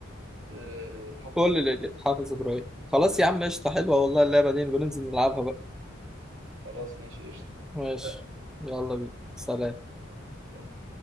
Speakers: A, on the right; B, in the centre.
A: أه حافظ
B: قول
A: ابراهيم
B: لي الإجابة. حافظ إبراهيم خلاص يا عم قشطة حلوة
A: مم.
B: والله اللعبة دي نبقى ننزل نلعبها بقى
A: خلاص ماشي قشطه
B: ماشي
A: اتفقنا
B: يلا بينا
A: ماشي.
B: سلام
A: يلا، سلام.